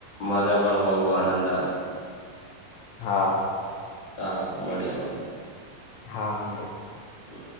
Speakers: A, on the left; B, on the left.
A: મને પણ બહુ આનંદ આયો.
B: હા.
A: સારું મળીએ મળીએ.
B: હા મળીએ.
A: હમ્મ.